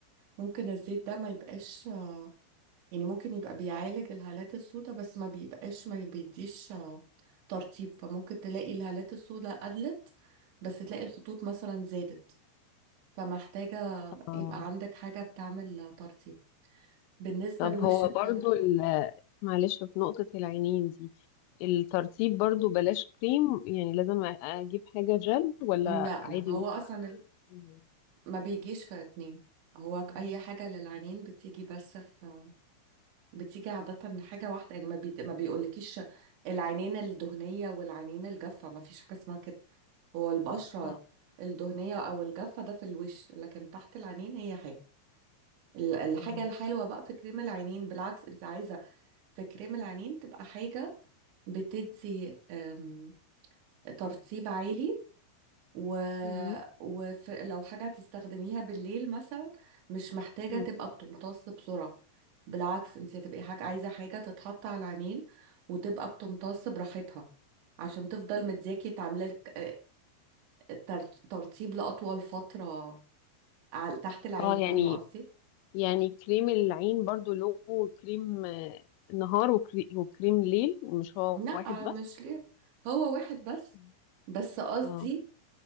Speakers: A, on the right; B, on the left.
A: ممكن الزيت ده ما يبقاش يعني ممكن يبقى بيعالج الهالات السوداء بس ما بيبقاش ما بيديش آه، ترطيب فممكن تلاقي الهالات السوداء قلت بس تلاقي الخطوط مثلا زادت فمحتاجة
B: آه.
A: يبقى عندك حاجة بتعمل ترطيب بالنسبة
B: طب
A: لوشك
B: هو برضو
A: برضه
B: ال- معلش في نقطة العينين دي الترطيب برضو بلاش كريم يعني لازم أجيب حاجة جل ولا
A: لا
B: عادي
A: لا هو
B: ممكن
A: أصلا ال-
B: كريم؟
A: ما بيجيش في اتنين هو أي حاجة للعينين بتيجي بس في بتيجي عادة حاجة واحدة يعني ما بي... ما بيقولكيش العينين الدهنية والعينين الجافة ما فيش حاجة اسمها كده هو البشرة
B: اه
A: الدهنية أو الجافة ده في الوش لكن تحت العينين هي حاجة ال- الحاجة
B: اه
A: الحلوة بقى في كريم العينين بالعكس أنت عايزة في كريم العينين تبقى حاجة بتدي أم، ترطيب عالي و...
B: مم.
A: ولو حاجة هتستخدميها بالليل مثلا مش محتاجة
B: مم.
A: تبقى بتمتص بسرعة بالعكس أنت هتبقي حاجة عايزة حاجة تتحط على العينين وتبقى بتمتص براحتها عشان تفضل مدياكي تعملك التر- ترطيب لأطول فترة على تحت العين
B: اه يعني
A: فاهمة قصدي؟
B: يعني كريم العين برضو له كريم آه، نهار وكري- وكريم ليل مش هو
A: لا
B: واحد بس
A: مش ليه هو واحد بس
B: مم.
A: بس قصدي
B: اه